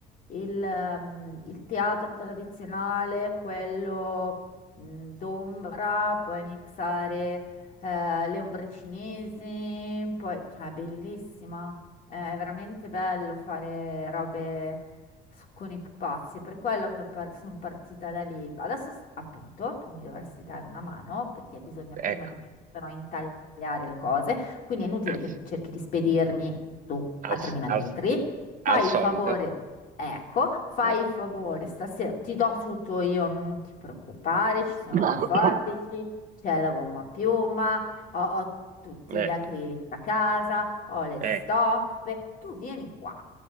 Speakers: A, on the left; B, on the right.
A: il, ehm, il teatro tradizionale, quello mm, d'ombra, puoi mixare eh, le ombre cinesi, poi, cioè, è bellissima, è veramente bello fare robe so- con i pupazzi, è per quello che ho par- sono partita da lì. Adesso, s- appunto, tu mi dovresti dare una mano perché bisogna
B: ecco,
A: prima di tutto però intagliare le cose, quindi è inutile
B: eh,
A: che cerchi di spedirmi tu
B: al,
A: a 3000
B: al-
A: metri. Fai
B: al solito.
A: il favore, ecco, fai
B: Eh.
A: il favore, stasera ti do tutto io, non ti preoccupare, ci sono
B: <coughs>
A: le forbici, c'è la gomma a piuma, ho, ho tutti
B: Eh,
A: gli acrilici da casa, ho le
B: eh,
A: stoffe, tu vieni qua